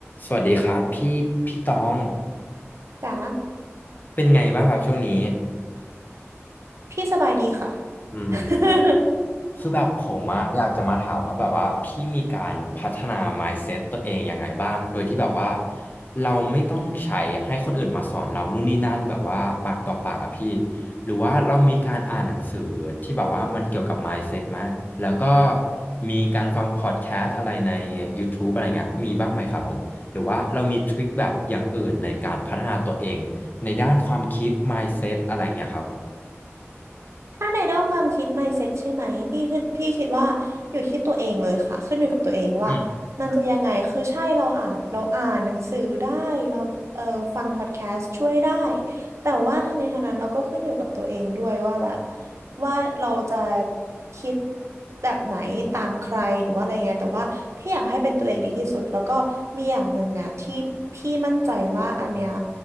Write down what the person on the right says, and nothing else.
จ๋า
พี่สบายดีค่ะ
<laughs>
ถ้าในด้านความคิด mindset ใช่ไหมพี่คือพี่คิดว่าอยู่ที่ตัวเองเลยค่ะขึ้นอยู่กับตัวเองว่ามันจะยังไงคือใช่เราอ่านเราอ่านหนังสือได้เราเออฟังพอดแคสต์ช่วยได้
แต่ว่าทั้งนี้ทั้งนั้นเราก็ขึ้นอยู่กับตัวเองด้วยว่าแบบว่าเราจะคิดแบบไหนตามใครหรือว่าอะไรไงแต่ว่าพี่อยากให้เป็นตัวเองดีที่สุดแล้วก็มีอย่างหนึ่งอะที่พี่มั่นใจว่าอันเนี้ย